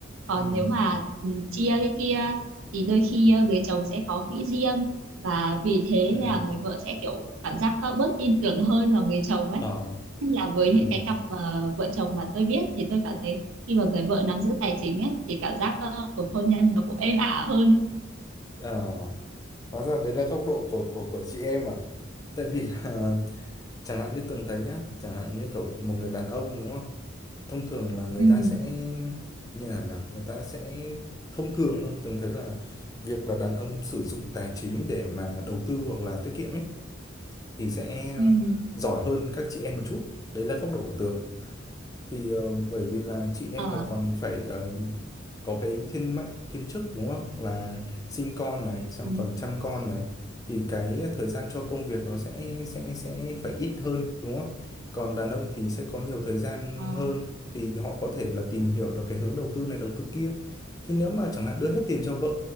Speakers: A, on the right (about 85°); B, on the left (about 20°).
A: còn
B: ừ
A: nếu mà ừ, chia cái kia thì đôi khi ờ, người chồng sẽ có quỹ riêng và vì thế
B: ừ
A: nên là người vợ sẽ kiểu cảm giác có bớt tin tưởng hơn vào người chồng ấy
B: ờ
A: nên là với
B: ừ
A: những cái cặp ờ, vợ chồng mà tôi biết thì tôi cảm thấy khi mà người vợ nắm giữ tài chính ấy thì cảm giác ờ, của hôn nhân nó cũng êm ả hơn
B: ờ Hóa ra đấy là góc độ của của của chị em à? Tại vì là <laughs> chẳng hạn như Tường thấy nhá, chẳng hạn như kiểu một người đàn ông đúng không? Thông thường là người
A: ừ
B: ta sẽ như nào nhỉ? Người ta sẽ thông thường thôi, Tường thấy là việc là đàn ông sử dụng tài chính để mà đầu tư hoặc là tiết kiệm ấy thì sẽ
A: ừ
B: giỏi hơn các chị em một chút. Đấy là góc độ của Tường. Thì ờ, bởi vì là chị em
A: ờ
B: là còn phải ờ, có cái thiên mệnh thiên chức đúng không là sinh con này
A: ừ
B: xong còn chăm con này thì cái thời gian cho công việc nó sẽ sẽ sẽ phải ít hơn đúng không còn đàn ông thì sẽ có nhiều thời gian
A: ờ
B: hơn thì họ có thể là tìm hiểu được cái hướng đầu tư này đầu tư kia thì nếu mà chẳng hạn đưa hết tiền cho vợ